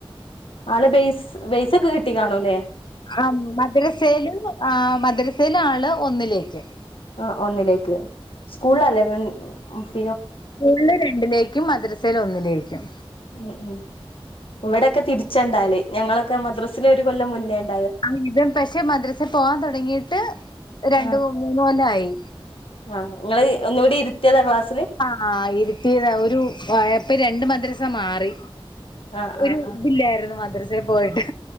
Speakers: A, on the left (about 65°); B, on the left (about 50°).
A: ആള് ബെയ്സ് ബെസൊക്കെ കിട്ടി കാണു അല്ലേ
B: ആ മദ്രസയില് ആ മദ്രസയില ആള് ഒന്നില് <unintelligible>
A: ആ ഒന്നിലേക്ക് സ്കൂൾ അല്ലേ മുന്നിൽ ഓഫഹ്
B: സ്കൂളിൽ രണ്ടിലേക്കും മദ്രസൽ ഒന്നിലേക്കും
A: മ് മ് ഇവിടെക്കെ തിരിച്ചണ്ടാല് ഞങ്ങളൊക്കെ ഒക്കെ മദ്രസാല് ഒരു കൊല്ല മുന്നേണ്
B: ആ ഇതും പക്ഷെ മദ്രസൽ പോവാൻ തുടങ്ങിട്ട് രണ്ടു
A: ആഹ്
B: മൂന്ന് കൊല്ലായി
A: ആഹ് നിങ്ങള് ഒന്നുകൂടി ഇരുത്തിയാലെ ക്ലാസ്
B: ആഹ് ആഹ് ഇരുത്തിയതാ ഒരു അപ്പൊ രണ്ട് മദ്രസ മാറി
A: ആഹ്
B: ഒരു
A: ആഹ്
B: ഇതില്ലായിരുന്നു മദ്രസ് ദേ പോയിട്ട്